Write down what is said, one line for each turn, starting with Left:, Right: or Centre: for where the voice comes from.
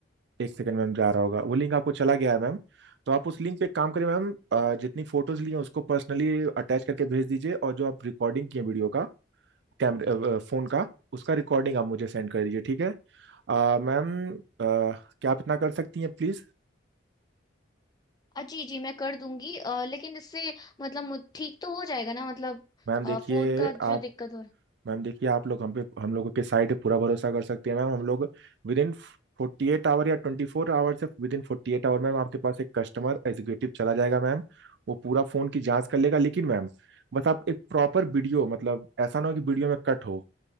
Right: एक सेकंड मैम जा रहा होगा वो लिंक आपको चला गया है मैम तो आप उस लिंक पे एक काम करें मैम अ, जितनी फोटोज ली हैं उसको पर्सनली अटैच करके भेज दीजिए और जो आप रिकॉर्डिंग किए वीडियो का कैमरे फोन का उसका रिकॉर्डिंग आप मुझे सेंड कर दीजिए ठीक है अ, मैम अ, क्या आप इतना कर सकती हैं प्लीज
Left: अ, जी जी मैं कर दूंगी अ, लेकिन इससे मतलब मुझ- ठीक तो हो जाएगा ना मतलब
Right: मैम
Left: अ,
Right: देखिए
Left: फोन का
Right: आप
Left: जो दिक्कत हो रहा
Right: मैम देखिए आप लोग हम पे हम लोगों के साइड पे पूरा भरोसा कर सकती है मैम हम लोग विद इन फोर्टी एट आवर या ट्वेंटी फोर आवर से within forty eight hour ma'am आपके पास एक कस्टमर एग्जीक्यूटिव चला जाएगा मैम वो पूरा फ़ोन की जांच कर लेगा लेकिन मैम बस आप एक प्रॉपर वीडियो मतलब ऐसा ना हो कि वीडियो में कट हो